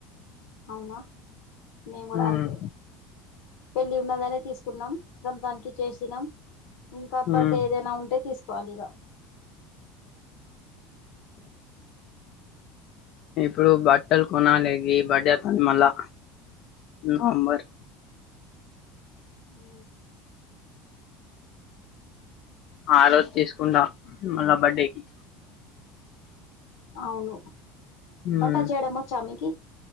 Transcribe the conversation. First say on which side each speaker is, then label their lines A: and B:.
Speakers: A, on the left (about 75°); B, on the left (about 55°).
A: అవునా మేము కూడా
B: మ్మ్.
A: అంతే పెళ్ళి ఉన్నదనే తీసు కున్నాం రంజానికి చేసినాం ఇంకా
B: మ్మ్.
A: బడ్డే ఏదైనా ఉంటే తీసుకోవాలిగ
B: ఇప్పుడు బట్టలు కొనాలె గీ బడ్డే అత్తంది మళ్ళా నవంబర్
A: ఊ
B: ఆ రోజు తీసుకుండా మళ్ళా బర్డేకి
A: అవును
B: మ్మ్.
A: వంట చేయడం వచ్చామెకి